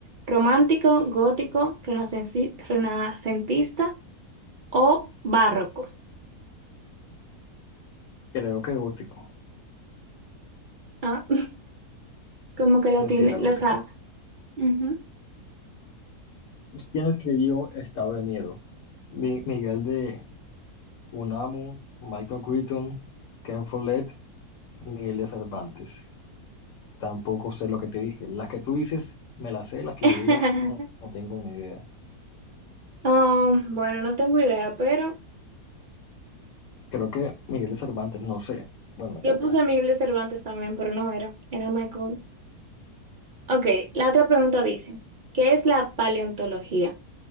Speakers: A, on the right (about 70°); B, on the left (about 65°).
A: ¿Romántico, gótico, renacenci- renacentista o barroco?
B: Creo que gótico.
A: Ah, <laughs> como que la tiene,
B: si era gótico.
A: lo- o sea, ujú.
B: ¿Quién escribió Estado de Miedo? Mi- Miguel de Unamuno, Michael Crichton, Ken Follett, Miguel de Cervantes. Tampoco sé lo que te dije. Las que tú dices, me las sé, las que
A: <laughs>
B: yo digo, no no tengo ni idea.
A: Ah, bueno, no tengo idea, pero
B: Creo que Miguel de Cervantes, no sé. Bueno, me equivoqué.
A: yo puse Miguel de Cervantes también, pero no era, era Michael. Ok, la otra pregunta dice, ¿qué es la paleontología?